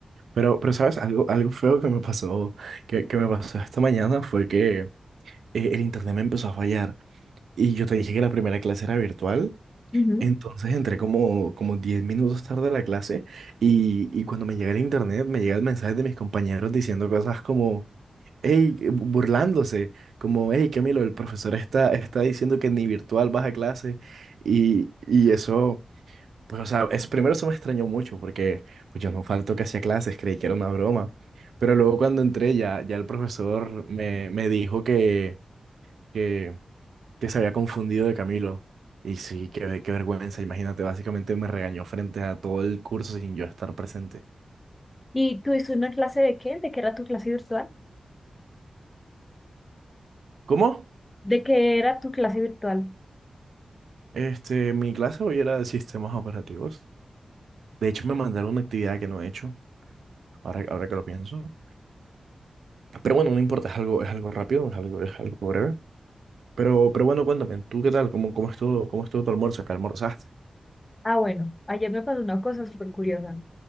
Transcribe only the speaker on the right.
Pero, pero ¿sabes? Algo, algo feo que me pasó, que, que me pasó esta mañana fue que eh, el internet me empezó a fallar. Y yo te dije que la primera clase era virtual
Entonces entré como, como 10 minutos tarde a la clase y, y cuando me llega el internet me llega el mensaje de mis compañeros diciendo cosas como, hey, burlándose, como, hey, Camilo, el profesor está, está diciendo que ni virtual vas a clase y, y eso, pues o sea, es, primero eso me extrañó mucho porque pues yo no falto que hacía clases, creí que era una broma, pero luego cuando entré ya, ya el profesor me, me dijo que... que que se había confundido de Camilo. Y sí, qué, qué vergüenza, imagínate, básicamente me regañó frente a todo el curso sin yo estar presente.
¿Cómo?
Este, mi clase hoy era de sistemas operativos. De hecho, me mandaron una actividad que no he hecho, ahora, ahora que lo pienso. Pero bueno, no importa, es algo, es algo rápido, es algo, es algo breve. Pero, pero bueno, cuéntame, ¿tú qué tal? ¿Cómo, cómo estuvo, cómo estuvo tu almuerzo? ¿Qué almorzaste?